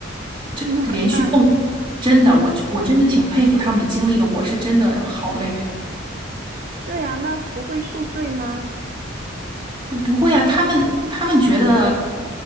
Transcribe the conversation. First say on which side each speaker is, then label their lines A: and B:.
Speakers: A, on the right (about 25°); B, on the right (about 45°).
A: 这连续蹦，
B: 这么那
A: 真的，我我真的挺佩服他们的经历的，我是真的好累。
B: 是呀，那不会宿醉吗？
A: 不不会啊，他们他们觉得